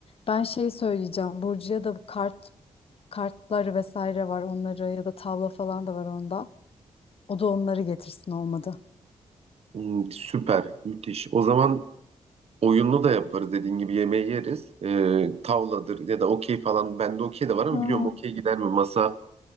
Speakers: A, on the left; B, on the right.
A: Ben şey söyleyeceğim. Burcu'ya da bu kart kartları vesaire var onları ya da tavla falan da var onda. O da onları getirsin olmadı.
B: Hmm, süper, müthiş. O zaman oyunlu da yaparız dediğin gibi yemeği yeriz. E, tavladır ya da okey falan. Bende okey de var ama
A: Aa,
B: biliyorum okey gider mi? Masa